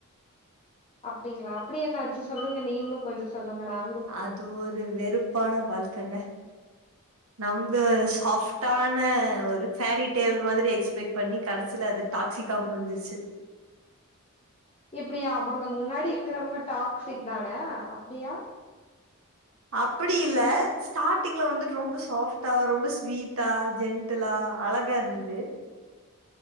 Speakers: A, on the left (about 25°); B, on the right (about 70°).
A: அப்டிங்களா அப்டி என்னாச்சு சொல்லுங்க நீங்ளு கொஞ்ச சொல்லுங்க நா
B: அது ஒரு வெறுப்பான வாழ்க்கங்க நம்ள சாஃப்ட்டான ஒரு ஃபாரி டெய்ல் மாதிரி எக்ஸ்பெக்ட் பண்ணி கடைசில அது டாக்ஸிகா முடுஞ்சிச்சு
A: இப்டி அவங்க முன்னாடி இருக்கிறவங்க டாக்சிக் தானே அப்டியா
B: அப்புடி இல்ல ஸ்டாட்டிங்ல வந்துட்டு ரொம்ப சாஃப்டா ரொம்ப ஸ்வீட்டா ஜென்ட்டுலா அழகா இருந்தது